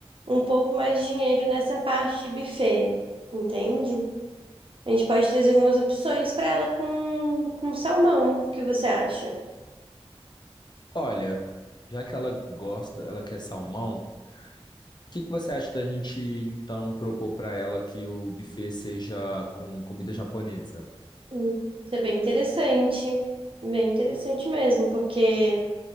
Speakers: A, on the right; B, on the left.
A: um pouco mais de dinheiro nessa parte de buffet, entende? A gente pode trazer algumas opções para ela com com salmão. O que você acha?
B: Olha, já que ela gosta, ela quer salmão. O que que você acha da gente então propor para ela que o buffet seja com comida japonesa?
A: Hum, Isso é bem interessante, bem interessante mesmo, porque